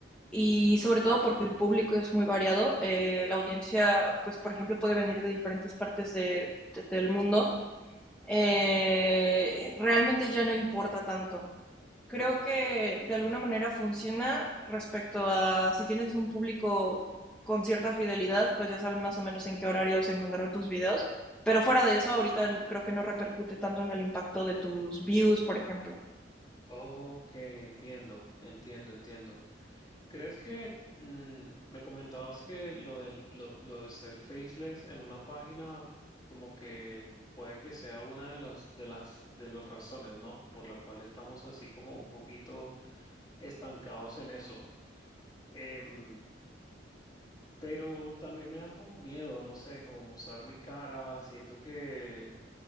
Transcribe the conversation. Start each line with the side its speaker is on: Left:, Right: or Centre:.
Centre: y sobre todo porque el público es muy variado, eh, la audiencia, pues por ejemplo, puede venir de diferentes partes de- de- del mundo eh, realmente ya no importa tanto. Creo que de alguna manera funciona respecto a si tienes un público con cierta fidelidad, pues ya saben más o menos en qué horarios encontrar tus videos. Pero fuera de eso, ahorita creo que no repercute tanto en el impacto de tus views, por ejemplo.
Left: Ok, entiendo, entiendo, entiendo. ¿Crees que mm, me comentabas que lo de lo, lo de ser faceless en una página como que puede que sea una de las de las de las razones, ¿no? Por la cual estamos así como un poquito estancados en eso. Em, pero también me da como miedo, no sé, como mostrar mi cara. Siento que